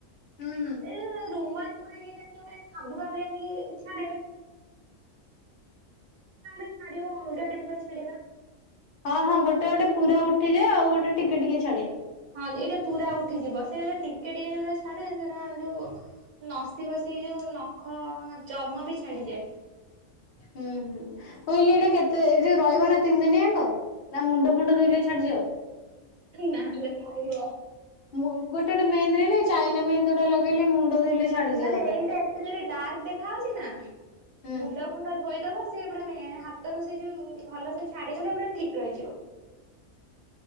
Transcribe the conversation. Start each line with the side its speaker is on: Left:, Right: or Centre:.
Left: ହୁଁ ହୁଁ
Right: ଏ ରୁମା ରୁମା ଦେଖିବ ଯେମିତି ଖାବୂ ଖାଭୁ ହେଇକି ଅଲଗା ଟାଇପ୍ ର ଛାଡ଼ିବା।
Left: ହଁ ହଁ ଗୋଟେ ଗୋଟେ ପୁରା ଉଠିଯାଏ ଆଉ ଗୋଟେ ଟିକେ ଟିକେ ଛାଡେ
Right: ହଁ ଏଇଟା ପୁରା ଉଠିଯିବ ସେ ଟିକେ ଟିକେ ଯୋଉରା ଛାଡେ ସେଟା ଯୋଉ ନସି ବସି ଯୋଉ ନଖ ଚମ ବି ଛାଡିଯାଏ।
Left: ହୁଁ ହୁଁ କହିଲିି ଏଇଟା କେତେ ଏ ଯୋଉ ରହିବ ନା ତିନି ଦିନି ଆଙ୍କ ନା ମୁଣ୍ଡ ଫୁଣ୍ଡ ଧୋଇଲେ ଛାଡିଯିବ
Right: ନାହ ଲୋ ରହିବ
Left: ମ ଗୋଟେ ଗୋଟେ ମେହେନ୍ଦି ରା ନାଇ ଚାଇନା ମେହେନ୍ଦୀ ଗୁଡା ଲଗେଇଲେ ମୁଣ୍ଡ ଧୋଇଲେ ଛାଡିଯିବ
Right: ମାନେ
Left: ଅଧା
Right: ଏଇଟା ଏତେ ଜୋରେ ଡାର୍କ ଦେଖ ଖାଯାଉଛି ନା।
Left: ହୁଁ
Right: ମୁଣ୍ଡ ଫୁଣ୍ଡ ଧୋଇଦବ ସେ ପୁରା ମେ ହାତରୁ ସେ ଯୋଉ ଭଲ ସେ ଛାଡିଗଲେ ପୁରା ଠିକ୍ ରହିଯିବ।